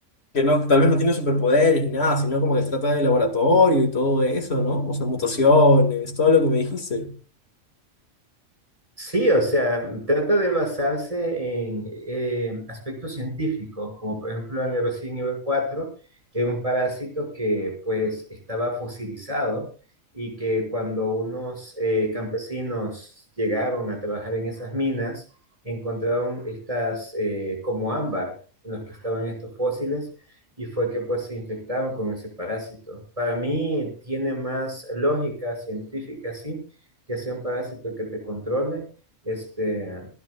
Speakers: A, on the left; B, on the right.
A: que no, tal vez no tiene superpoderes ni nada, sino como que trata de laboratorio y todo eso, ¿no? O sea, mutaciones, todo lo que me dijiste.
B: Sí, o sea, trata de basarse en eh, aspectos científicos, como por ejemplo en el Resident nivel 4, era un parásito que pues estaba fosilizado y que cuando unos eh, campesinos llegaron a trabajar en esas minas, encontraron estas eh, como ámbar en los que estaban estos fósiles y fue que pues se infectaron con ese parásito. Para mí tiene más lógica científica, sí que sea un parásito que te controle este,